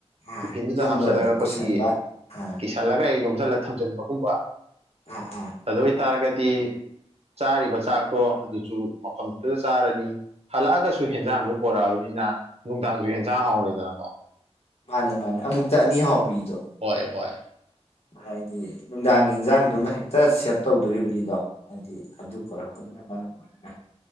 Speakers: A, on the left (about 70°); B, on the right (about 65°).
A: ꯑꯥ
B: ꯇꯤꯐꯤꯟꯗꯨꯗ
A: ꯌꯨꯝꯗ
B: ꯍꯥꯞꯆꯜꯂꯒ
A: ꯑꯣꯏꯅ
B: ꯑꯩꯈꯣꯏꯒꯤ
A: ꯄꯨꯁꯟꯕ ꯑꯥ
B: ꯀꯤꯁꯜꯂꯒ ꯌꯣꯝꯁꯤꯜꯂꯒ ꯊꯝꯖꯤꯟꯕꯒꯨꯝꯕ
A: ꯑ ꯑꯥ
B: ꯑꯗꯨ ꯑꯣꯏꯇꯥꯔꯒꯗꯤ ꯆꯥꯔꯤꯕ ꯆꯥꯛꯇꯣ ꯑꯗꯨꯁꯨ ꯃꯐꯝꯗꯨꯗ ꯆꯥꯔꯅꯤ ꯍꯜꯂꯛꯑꯒꯁꯨ ꯍꯦꯟꯖꯥꯡꯗ ꯄꯣꯔꯛꯑꯕꯅꯤꯅ ꯅꯨꯡꯗꯥꯡꯁꯨ ꯍꯦꯟꯖꯥꯡ ꯍ ꯍꯧꯔꯦꯗꯅꯀꯣ
A: ꯃꯥꯅꯦ ꯃꯥꯅꯦ ꯑꯃꯨꯛꯇ ꯑꯅꯤ ꯍꯥꯎꯕꯗꯣ
B: ꯍꯣꯏ ꯍꯣꯏ
A: ꯍꯥꯏꯗꯤ ꯅꯨꯡꯗꯥꯡꯒꯤ ꯏꯟꯖꯥꯡꯗꯨꯃ ꯍꯦꯛꯇ ꯁꯦꯞ ꯇꯧꯗꯣꯔꯤꯕꯅꯤꯗꯣ ꯍꯥꯏꯗꯤ ꯑꯗꯨ ꯄꯨꯔꯛꯄꯗꯨꯅ ꯃꯔꯝ ꯑꯣꯏꯔꯒ